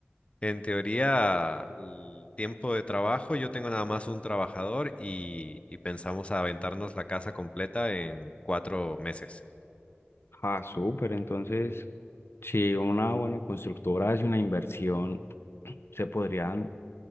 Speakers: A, on the left (about 30°); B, on the left (about 75°).
A: en teoría el tiempo de trabajo yo tengo nada más un trabajador y, y pensamos aventarnos la casa completa en cuatro meses.
B: Ah, súper, entonces. Si una buena constructora hace una inversión, se podrían,